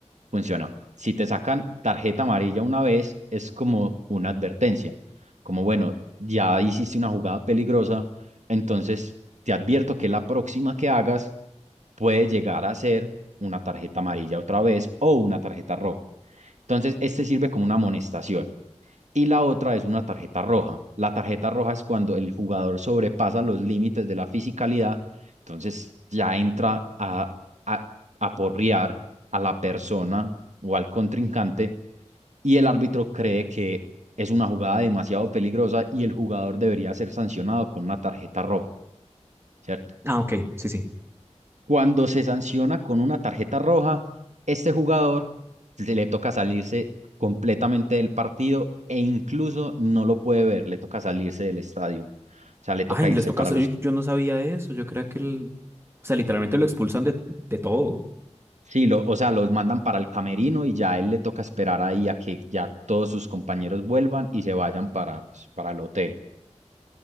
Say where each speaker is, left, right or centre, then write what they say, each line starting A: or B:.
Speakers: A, on the right (about 75°); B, on the right (about 20°).
A: Funciona. Si te sacan tarjeta amarilla una vez, es como una advertencia, como bueno, ya hiciste una jugada peligrosa, entonces te advierto que la próxima que hagas puede llegar a ser una tarjeta amarilla otra vez o una tarjeta roja. Entonces, este sirve como una amonestación y la otra es una tarjeta roja. La tarjeta roja es cuando el jugador sobrepasa los límites de la fisicalidad, entonces ya entra a, a, a porrear a la persona o al contrincante y el árbitro cree que es una jugada demasiado peligrosa y el jugador debería ser sancionado con una tarjeta roja, ¿cierto?
B: Ah, ok, sí, sí.
A: Cuando se sanciona con una tarjeta roja, este jugador se le toca salirse completamente del partido e incluso no lo puede ver, le toca salirse del estadio. O sea, le toca
B: Ay,
A: irse
B: les toca.
A: para
B: Yo,
A: los...
B: yo no sabía eso. Yo creía que el. O sea, literalmente lo expulsan de, de todo.
A: Sí, lo- o sea, los mandan para el camerino y ya a él le toca esperar ahí a que ya todos sus compañeros vuelvan y se vayan para, pues, para el hotel.